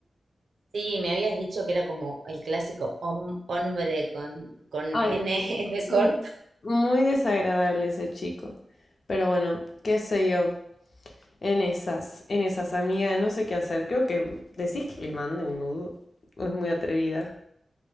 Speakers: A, on the right (about 80°); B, on the left (about 45°).
A: Sí, me habías dicho que era como el clásico hom- hombre con, con
B: Ay,
A: N de
B: sí,
A: corto.
B: muy desagradable ese chico. Pero bueno, qué sé yo, en esas, en esas, amiga, no sé qué hacer. Creo que decís que le mande un nudo, o es muy atrevida.